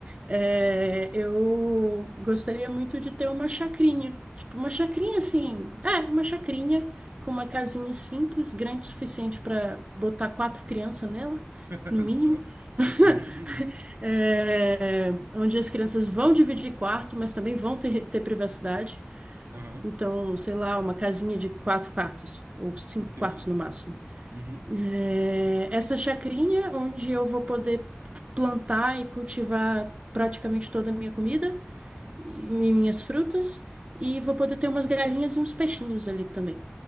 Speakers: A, on the right (about 30°); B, on the right (about 70°).
A: É, eu gostaria muito de ter uma chacrinha. Tipo, uma chacrinha assim. É, uma chacrinha com uma casinha simples, grande o suficiente para botar quatro crianças nela,
B: <laughs>
A: no mínimo.
B: Só.
A: <laughs>
B: <laughs>
A: É, onde as crianças vão dividir quarto, mas também vão ter, ter privacidade.
B: Aham,
A: Então, sei lá, uma casinha de quatro quartos, ou cinco
B: entendi.
A: quartos no máximo.
B: Uhum,
A: É, essa chacrinha onde eu vou poder plantar e cultivar praticamente toda a minha comida e mi- minhas frutas, e vou poder ter umas galinhas e uns peixinhos ali também.